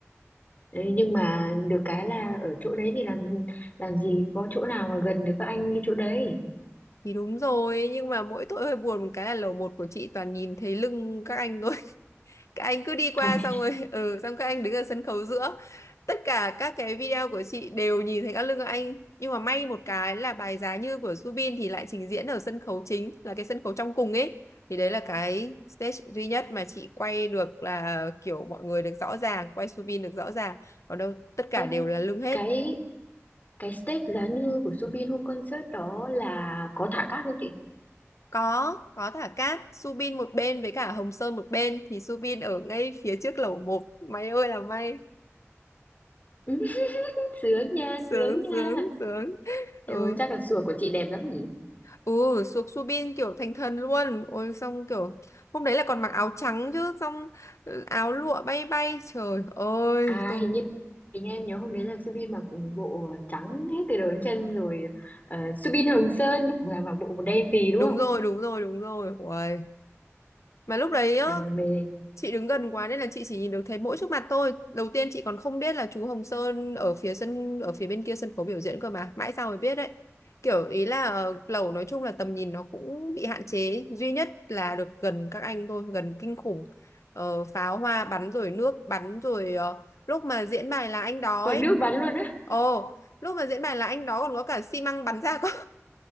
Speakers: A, on the left; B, on the left.
A: Đấy, nhưng mà được cái là ở chỗ đấy thì làm làm gì có chỗ nào mà gần được các anh như chỗ đấy
B: Thì đúng rồi, nhưng mà mỗi tội hơi buồn một cái là lầu một của chị toàn nhìn thấy lưng các anh thôi. <laughs> Các anh cứ đi qua
A: <laughs>
B: xong rồi, ừ, xong các anh đứng ở sân khấu giữa. Tất cả các cái video của chị đều nhìn thấy các lưng các anh. Nhưng mà may một cái là bài Giá Như của Subin thì lại trình diễn ở sân khấu chính, là cái sân khấu trong cùng ấy. Thì đấy là cái stage duy nhất mà chị quay được là kiểu mọi người được rõ ràng, quay Subin được rõ ràng. Còn đâu tất cả
A: Ơ,
B: đều là lưng hết.
A: cái cái stage giá như của Subin hôm concert đó là có thả cát không chị?
B: Có, có thả cát, Subin một bên với cả Hồng Sơn một bên thì Subin ở ngay phía trước lẩu một. Mày ơi là may.
A: Ừ, <laughs> sướng nha,
B: Sướng
A: sướng nha.
B: sướng sướng. Ừ,
A: Em ơi, chắc là sùa của chị đẹp lắm nhỉ?
B: ừ xuống Subin kiểu thành thần luôn. Ôi xong kiểu hôm đấy là còn mặc áo trắng chứ xong ừ, áo lụa bay bay. Trời ơi,
A: À,
B: tôi
A: hình như hình như em nhớ hôm đấy là Subin mặc bộ trắng hết từ đầu đến chân rồi ờ, Subin Hồng Sơn là mặc bộ đen xì đúng
B: đúng
A: không?
B: rồi, đúng rồi, đúng rồi. Uầy. Mà lúc đấy á
A: Nhà ngoài mê
B: chị đứng gần quá nên là chị chỉ nhìn được thấy mỗi trước mặt tôi đầu tiên chị còn không biết là chú Hồng Sơn ở phía sân ở phía bên kia sân khấu biểu diễn cơ mà mãi sau mới biết đấy kiểu ý là ờ, lẩu nói chung là tầm nhìn nó cũng bị hạn chế duy nhất là được gần các anh thôi gần kinh khủng ờ, pháo hoa bắn rồi nước bắn rồi ờ, lúc mà diễn bài là anh đó
A: vào
B: ấy
A: nước bắn luôn á
B: ồ lúc mà diễn bài là anh đó còn có cả xi măng bắn ra cơ.